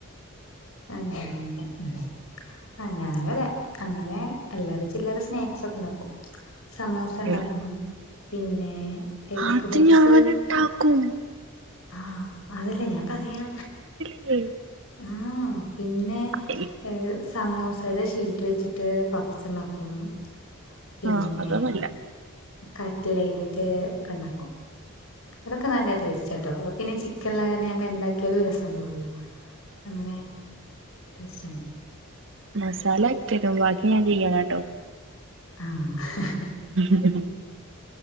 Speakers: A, on the left; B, on the right.
A: അങ്ങനെ ഉം ആഹ് ഞാനു അതെ അങ്ങനെ അല്ലറ ചില്ലറ സ്നാക്സ് ഒക്കെ ഇണ്ടാക്കും സമൂസ ഇണ്ടാക്കും
B: ഏഹ്
A: പിന്നെ എഗ്ഗ്
B: അത്
A: പബ്സ്
B: ഞാന്ണ്ടാക്കും
A: ആഹ് അതല്ലേ ഞാൻ പറയാ
B: ഉം
A: ആഹ് പിന്നെ
B: എ
A: ഏഹ് സമൂസേടെ ഷീറ്റ് വെച്ചിട്ട് പപ്പ്സ് ഇണ്ടാക്കും ക്കും പിന്നെ
B: ആഹ് അതൊന്നുല്ല
A: കട്ലൈറ്റ് ഒക്കെ ഇണ്ടാക്കും അതൊക്കെ നല്ല ടേസ്റ്റാട്ടോ എപ് പിന്നെ ചിക്ക <unintelligible> കാര നമ്മള് എന്താക്കിയാലും രസംണ്ടാവല്ലോ അങ്ങനെ ടേസ്റ്റാണ്
B: മസാല ഇക്ക ഇടും ബാക്കി ഞാൻ ചെയ്യണട്ടോ
A: ആഹ്
B: ഉ ഉം